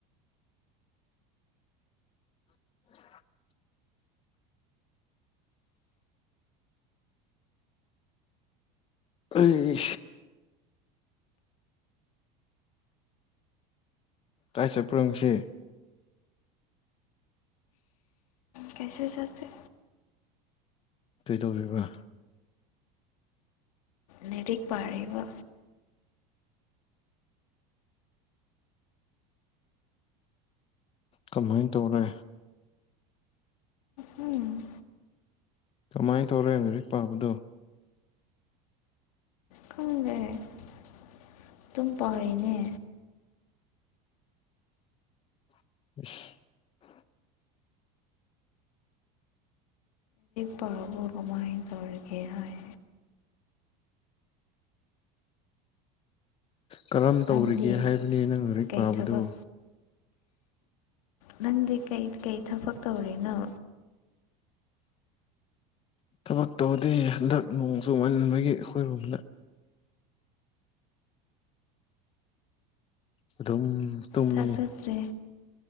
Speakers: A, on the left; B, on the left.
A: <unintelligible> <inaudible> ꯎ ꯀꯥꯏ ꯆꯠꯄꯔꯪꯁꯤ
B: ꯀꯩꯁꯦ ꯆꯦ
A: ꯀꯩꯗꯧꯕꯤꯕ
B: ꯅꯔꯤꯛ ꯄꯥꯔꯤꯕ
A: ꯀꯃꯥꯏꯅ ꯇꯧꯔꯦ
B: ꯎꯝ
A: ꯀꯃꯥꯏꯅ ꯇꯧꯔꯦ ꯂꯥꯏꯔꯤꯛ ꯄꯥꯕꯗꯣ
B: ꯈꯪꯗꯦ ꯑꯗꯨꯝ ꯄꯥꯔꯤꯅꯦ
A: <unintelligible> <inaudible>
B: ꯄꯕꯨ ꯀꯃꯥꯏꯟ ꯇꯧꯔꯒꯦ ꯍꯥꯏ
A: ꯀꯔꯝ ꯇꯧꯔꯤꯒꯦ
B: ꯅꯪꯗꯤ
A: ꯍꯥꯏꯕꯅꯤ ꯅꯪ ꯂꯔꯤꯛ
B: ꯀꯩ
A: ꯄꯥꯕꯗꯨꯣ
B: ꯊꯕꯛ ꯅꯪꯗꯤ ꯀꯩ ꯀꯩ ꯊꯕꯛ ꯇꯧꯔꯤꯅꯣ
A: ꯑ <inaudible> ꯊꯕꯛ ꯇꯧꯕꯗꯤ ꯍꯟꯗꯛ ꯅꯣꯡ ꯆꯨꯃꯟꯕꯒꯤ ꯑꯩꯈꯣꯏꯒꯨꯝꯕꯅ ꯑꯗꯨꯝ ꯇꯨꯝꯃꯤ
B: ꯊꯥꯖꯗ꯭ꯔꯦ